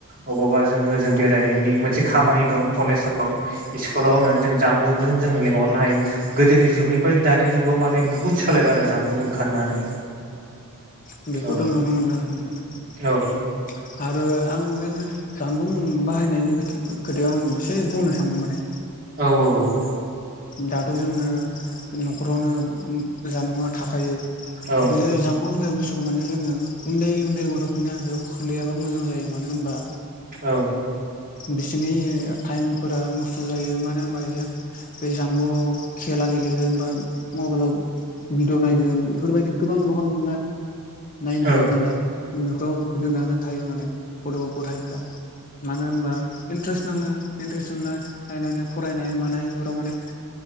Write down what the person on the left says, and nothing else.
औ
उम बेख'थ'
नुनो मोनदों <unintelligible>
आरो आं मोनो जानबुं बाहायनायनि खोथा खोथायाव आं एसे बुंनो सान्दों माने
दाथ' जोङो न'खरावनो जानबुंआ थाखायो ‌
बे जानबु होननाय बुस थुखौ माने जोङो उन्दै उन्दै गथ'फोरनि आखाइयाव खोलैयाबा मोजां जायो मानो होनबा
बिसोरनि टाइमफोरा नस्थ' जायो मानो होनबा इसोर बे जाम्बुआव खेला गेलेयो होमबा मबाइलाव भिडिय' नायगोन इफोरबायदि गोबां गोबां ना नायनो
हायो नालाय बेफोराव गोदोननानै थायो माने गथ' गथायाइफ्रा। मानो होनबा इन्टारेस्ट नाङो, इन्ट्रेस्ट नांना नायनानै फरायनाय मानाय बे खौ माने